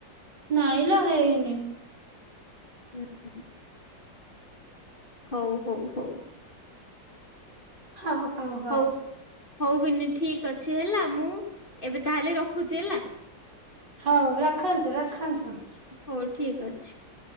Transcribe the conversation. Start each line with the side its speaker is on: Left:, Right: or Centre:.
Right: ନାଇଁ ଲୋ ହେଇନି।
Left: ଏ ହୁଁ। ହଉ ହଉ ହଉ।
Right: ହଉ ହଉ।
Left: ହଉ ହଉ ବିନି ଠିକ୍ ଅଛି ହେଲା ମୁଁ ଏବେ ତାହେଲେ ରଖୁଛି ହେଲା?
Right: ହଉ ରଖନ୍ତୁ ରଖନ୍ତୁ।
Left: ହୋଉ ଠିକ୍ ଅଛି।